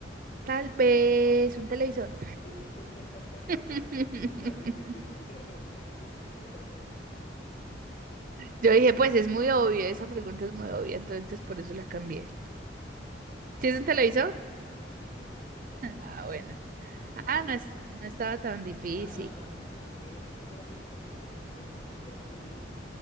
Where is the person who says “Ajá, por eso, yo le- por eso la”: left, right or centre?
Left